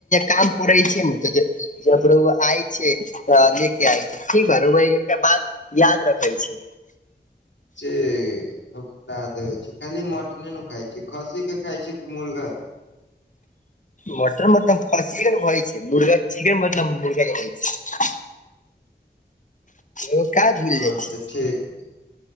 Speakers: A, on the left; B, on the left.
A: काम पड़े छै ने तऽ जब आय छै तऽ ले के आ छै ठ ह रुके बाद याद रखै छी
B: से हम ल देबे छी खाली मटने न खाय छी खस्सी के खाय छी कि मुर्गा के
A: मटर मतलब चन कहइ छै मुर्गा चिकन मतलब मुर्गाे छै ओ क भूल जाइ
B: अच्छा
A: छय
B: ठीक